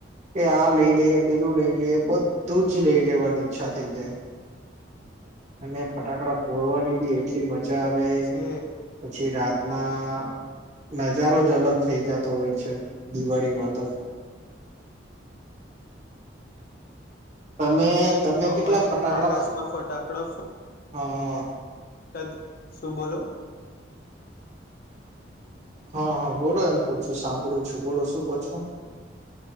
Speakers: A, on the right; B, on the left.
A: કે આ લઈ લઈએ પેલું લઈ લઈએ બધું જ લઈ લેવાની ઈચ્છા થઈ જાય. અને ફટાકડા ફોડવાની બી એટલી મજા આવે
B: છે
A: પછી રા ના. નજારો જ અલગ થઈ જતો હોય છે દિવાળીમાં તો. તમે તમે
B: બઉ
A: કેટલા
B: મજા
A: ફટાકડા
B: આકાશમાં ફટાકડાો
A: હા
B: <unintelligible> શું બોલો?
A: હા હા બોલો એમ કેવ છું સાંભળું છું બોલો શું કો છો.